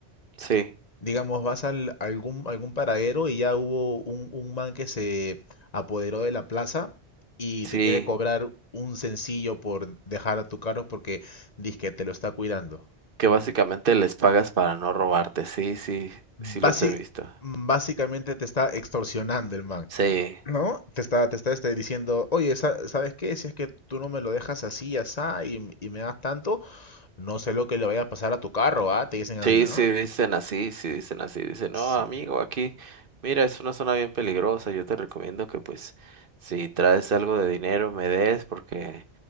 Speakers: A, on the right (about 55°); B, on the left (about 40°).
A: Sí,
B: Digamos, vas al, algún, algún paradero y ya hubo un, un man que se apoderó de la plaza y
A: sí,
B: te quiere cobrar un sencillo por dejar a tu carro porque dice que te lo está cuidando.
A: que básicamente les pagas para no robarte, sí, sí, sí
B: Basi-
A: los he visto.
B: básicamente te está extorsionando el man,
A: Sí.
B: ¿no? Te está, te está, este, diciendo, oye, sa- ¿sabes qué? Si es que tú no me lo dejas así, asá, y, m- y me das tanto, no sé lo que le vaya a pasar a tu carro, ¿ah? Te dicen así,
A: Sí,
B: ¿no?
A: sí, dicen así, sí, dicen así, dicen,
B: Sí,
A: no, amigo, aquí, mira, es una zona bien peligrosa, yo te recomiendo que pues si traes algo de dinero me des porque,